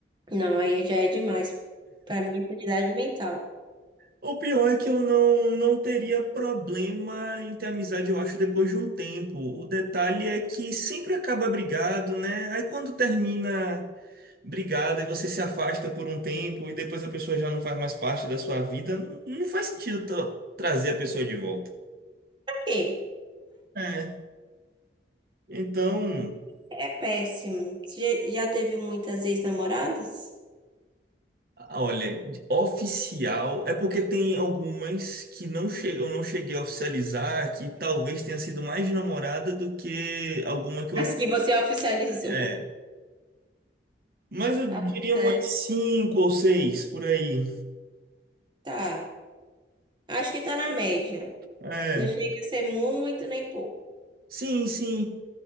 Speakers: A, on the right; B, on the right.
A: não, aí já é demais para minha sanidade mental.
B: O pior é que eu não, não teria problema em ter amizade, eu acho, depois de um tempo. O detalhe é que sempre acaba brigado, né? Aí quando termina brigado e você se afasta por um tempo e depois a pessoa já não faz mais parte da sua vida, não, não faz sentido tra- trazer a pessoa de volta.
A: Por quê?
B: É. Então,
A: É péssimo. Você Já já teve muitas ex-namoradas?
B: olha, oficial é porque tem algumas que não che- eu não cheguei a oficializar, que talvez tenha sido mais namorada do que alguma que eu.
A: As que você oficializou.
B: é, Mas eu
A: Ah,
B: diria
A: Tá.
B: umas cinco ou seis por aí.
A: Tá. Acho que tá na média.
B: É,
A: Não chega a ser muito nem pouco.
B: sim, sim.